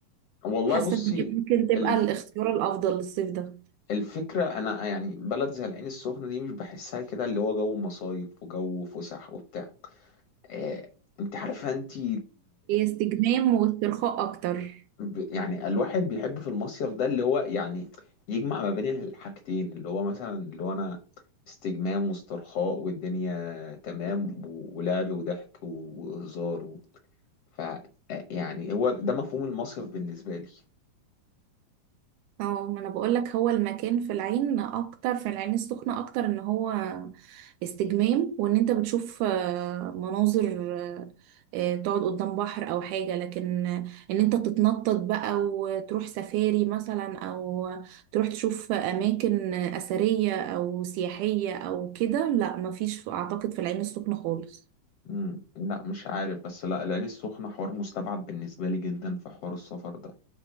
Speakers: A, on the left; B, on the right.
A: والله
B: حاسة
A: بصي
B: ان دي ممكن تبقى
A: الف-
B: الاختيار الافضل للصيف ده
A: الفكرة أنا يعني بلد زي العين السخنة دي مش بحسها كده اللي هو جو مصايف وجو فسح وبتاع آه، أنت عارفة أنت
B: هي استجمام واسترخاء اكتر
A: ب- يعني الواحد بيحب في المصيف ده اللي هو يعني يجمع ما بين الحاجتين اللي هو مثلا اللي هو انا استجمام واسترخاء والدنيا تمام و- ولعب وضحك وهزار و... ف يعني هو ده مفهوم المصيف بالنسبة لي
B: اه ما انا بقولك هو المكان في العين اكتر في العين السخنة اكتر ان هو استجمام وان انت بتشوف آه، مناظر آه، آه، تقعد قدام بحر او حاجة لكن آه، ان انت تتنطط بقى وتروح سفاري مثلا او تروح تشوف اماكن اثرية او سياحية او كده لا مفيش اعتقد في العين السخنة خالص
A: مم. لا مش عارف بس لا العين السخنة حوار مستبعد بالنسبة لي جدا في حوار السفر ده